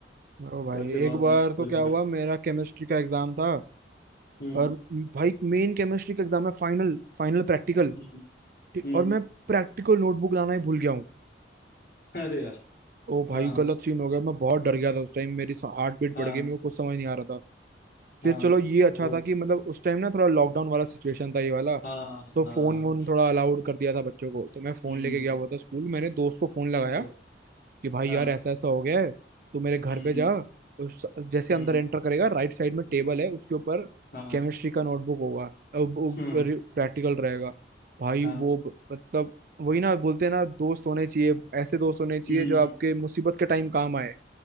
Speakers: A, on the right; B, on the left.
A: ओ भाई
B: बाचे बाद
A: एक बार
B: गुदम
A: तो क्या हुआ
B: कर
A: मेरा केमिस्ट्री का एग्जाम था
B: हम्म
A: और भाई मेन केमिस्ट्री का एग्जाम है फाइनल फाइनल प्रैक्टिकल
B: हम्म हम्म
A: और मैं प्रैक्टिकल नोटबुक लाना ही भूल गया हूँ
B: अरे यार
A: ओ भाई
B: हाँ हाँ
A: गलत सीन हो गया मैं बहुत डर गया था उस टाइम मेरी हार्ट बीट
B: हाँ
A: बढ़ गई मेरे को कुछ समझ नहीं आ रहा था
B: हाँ
A: फिर चलो ये अच्छा
B: ओ
A: था कि मतलब उस टाइम ना थोड़ा लॉकडाउन वाला सिचुएशन था ये वाला
B: हाँ
A: तो
B: हाँ
A: फोन वोन थोड़ा अलाउड कर दिया था बच्चों को तो मैं फोन
B: हम्म
A: लेके गया हुआ था स्कूल मैंने दोस्त को फोन लगाया
B: ओ
A: कि भाई
B: हाँ
A: यार ऐसा ऐसा हो गया है तू मेरे घर
B: हम्म
A: पे जा उस जैसे
B: हम्म
A: अंदर एंटर करेगा राइट साइड में टेबल है उसके ऊपर
B: हाँ
A: केमिस्ट्री का नोटबुक होगा प्रैक्टिकल
B: हम्म
A: रहेगा भाई
B: हाँ
A: वो ब- मतलब वही ना बोलते हैं ना दोस्त होने चाहिए ऐसे दोस्त होने चाहिए
B: हम्म
A: जो आपके मुसीबत के टाइम काम आए